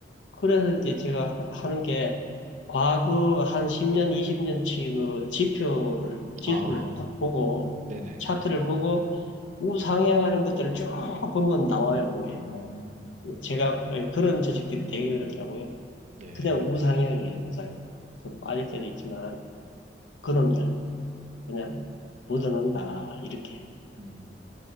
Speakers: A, on the left; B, on the right.
A: 그래서 이제 제가 하- 하는 게 과거 한 10년, 20년치 그 지표를, 지수를
B: 아,
A: 딱 보고
B: 네네.
A: 차트를 보고 우상향하는 것들을 쭉 보면 나와요. 그게
B: 음,
A: 뭐. 제가 예, 그런 주식들이 되게 그렇더라고요.
B: 네.
A: 그냥 우상향이에요, 우상향. 좀 빠질 때도 있지만 그놈들. 그냥 묻어놓는다, 이렇게.
B: 음,